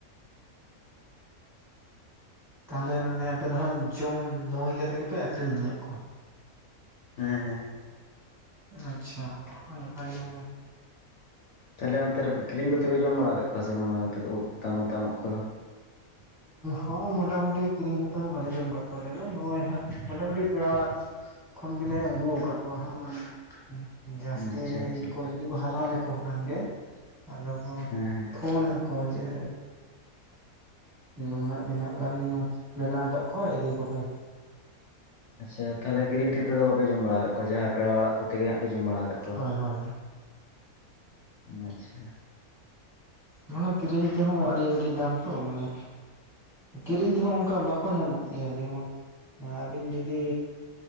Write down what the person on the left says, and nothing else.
ᱦᱮᱸ ᱦᱮᱸ
ᱛᱟᱞᱦᱮ ᱚᱱᱛᱮ ᱨᱮ ᱠᱤᱨᱤᱧ ᱠᱚᱛᱮᱯᱮ ᱡᱚᱢ ᱵᱟᱲᱟ ᱠᱟᱜ ᱠᱚᱣᱟ ᱥᱮ ᱵᱟᱝ ᱩᱫ ᱢᱚᱛᱟᱢ ᱩᱫ ᱠᱚᱫᱚ
ᱟᱪᱪᱷᱟ ᱟᱪᱪᱷᱟ
ᱦᱮᱸ ᱦᱮᱸ
ᱟᱪᱪᱷᱟ ᱛᱟᱦᱞᱮ ᱠᱤᱨᱤᱧ ᱛᱮᱫᱚ ᱵᱟᱯᱮ ᱡᱚᱢ ᱵᱟᱲᱟ ᱠᱟᱜ ᱠᱚᱣᱟ ᱡᱟᱦᱟᱸᱭ ᱯᱮᱲᱟ ᱚᱲᱟᱜ ᱠᱚ ᱛᱮᱜᱮ ᱦᱟᱸᱜ ᱯᱮ ᱡᱚᱢ ᱵᱟᱲᱟ ᱠᱟᱜ ᱠᱚᱣᱟ᱾
ᱟᱪᱪᱷᱟ